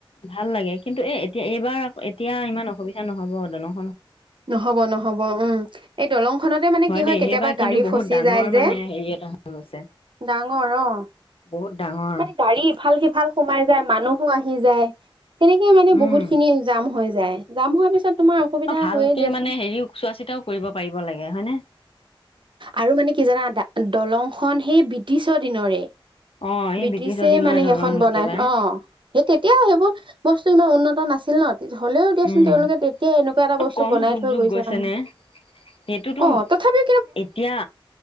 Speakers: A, on the left (about 80°); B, on the right (about 60°).
A: ভাল লাগে কিন্তু এ এতিয়া এইবাৰ এতিয়া ইমান অসুবিধা নহ'ব দলং
B: নহব-নহব উম এই দলংখনতে মানে কি হয়
A: দেই
B: কেতিয়াবা
A: সেইবাৰ কিন্তু
B: গাড়ী
A: বহুত
B: ফচি
A: ডাঙৰ
B: যায় যে,
A: মানে হেৰি এটা হৈ গৈছে
B: ডাঙৰ অ',
A: বহুত ডাঙৰ
B: মানে গাড়ী ইফাল-সিফা ভাল সোমাই যায় মানুহো আহি যায়। তেনেকে মানে
A: উম।
B: বহুত খিনি জাম হৈ যায়। য যাম হোৱাৰ পিছত। তোমাৰ অসুবিধা
A: অ ভালকে
B: হৈয়ে দিয়াচোন
A: মানে হেৰিও চোৱা চিতাও কৰিব পাৰিব লাগে হয় নে।
B: আৰু মানে কি জানা দলংখন সেই ব্ৰিটিছৰ দিনৰে।
A: অ এই
B: ব্ৰিটিছে
A: ব্ৰিটিছৰ দিনৰ
B: মানে
A: দলং
B: সেইখন বনাই
A: একেবাৰে
B: অ সেই তেতিয়া সেইবোৰ বস্তু ইমান উন্নত নাছিল ন, হ'লেও দিয়াচোন
A: উম
B: তেওঁলোকে তেতিয়া এনেকুৱা এটা
A: অ
B: বস্তু
A: কম
B: বনাই
A: যুগ
B: থৈ
A: যুগ
B: গৈছে কাৰণে।
A: নে সেইটোতো
B: অ' তথাপি
A: এতিয়া